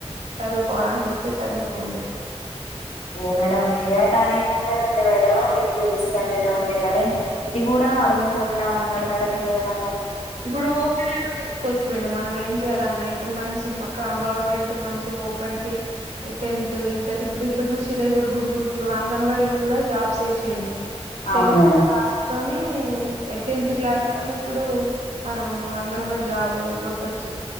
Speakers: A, on the right; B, on the left.
A: చదువుకోవాలినిపిస్తే చదువుకోండి
B: ఓ మేడం నిగెది ఇంటర్ ఉంది మేడం డిగ్రీ డిస్కంటిన్యూ ఉంది గాని ఇది కూడా అడుగుతున్నా ఉంగి మేడం ఇకేమన్నా
A: ఇప్పుడు ఓపెన్ <unintelligible> కోవచ్చు మేడం మనం ఏం చేయాలన్నా ఇప్పుడు మంచి గవర్నమెంట్ మంచి ఓపెన్టీ టెన్త్ ఇంటర్ ఇప్పుడు ఇప్పుడు చూశిర్ర ఇప్పుడు గురుకు ఇప్పుడు అంగన్వాడీకి కూడా జాబ్స్ ఏషిండు సెవెన్త్
B: అవును మేడం
A: క్లాస్తోని టెన్త్ క్లాస్తోని ఇప్పుడు మనం అంగన్వాడి జాబు కొట్టొచ్చు